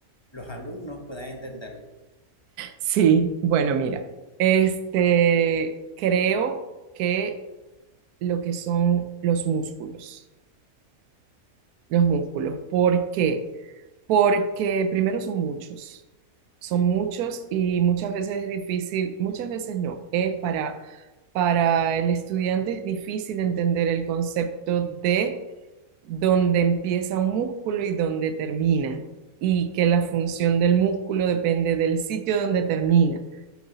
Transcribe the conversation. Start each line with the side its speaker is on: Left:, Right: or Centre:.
Left: los alumnos puedan entenderlo.
Right: Sí, bueno, mira, este, creo que lo que son los músculos. los músculos. ¿Por qué? Porque primero son muchos, son muchos y muchas veces es difícil, muchas veces no, es para, para el estudiante es difícil entender el concepto de dónde empieza un músculo y dónde termina, y que la función del músculo depende del sitio donde termina